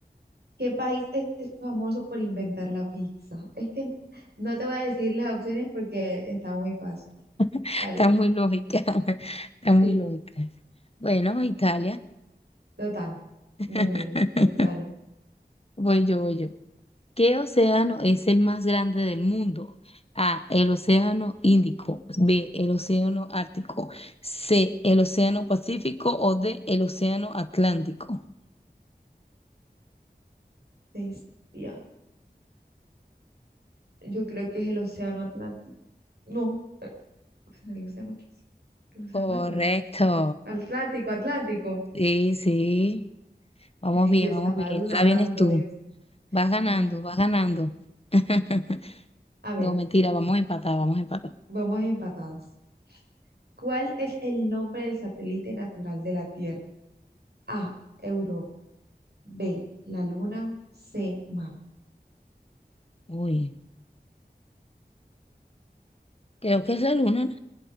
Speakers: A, on the right; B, on the left.
A: ¿Qué país es es famoso por inventar la pizza? Es que no te voy a decir las opciones porque está muy fácil.
B: <laughs>
A: Vale,
B: está muy lógica, <laughs> está muy
A: sí,
B: lógica. Bueno, Italia.
A: total.
B: <laughs>
A: Muy bien, Italia.
B: Voy yo, voy yo. ¿Qué océano es el más grande del mundo? A, el océano Índico. B, el océano Ártico. C, el océano Pacífico o D, el océano Atlántico.
A: Bestia. Yo creo que es el Océano Atlántico. No. Será el Océano Pacífico, el Océano
B: Correcto.
A: Atlántico. Atlántico, Atlántico.
B: Sí, sí, vamos
A: Ahí
B: bien,
A: yo estaba
B: vamos bien.
A: dudando,
B: Ahora vienes tú.
A: Dios mío.
B: Vas ganando,
A: Ahora venga.
B: vas ganando. <laughs>
A: A ver,
B: No, mentira, vamos a empatar, vamos a empatar.
A: vamos empatados. ¿Cuál es el nombre del satélite natural de la Tierra? A, Europa. B, la Luna. C, Marte.
B: Uy, creo que es la luna, ¿no?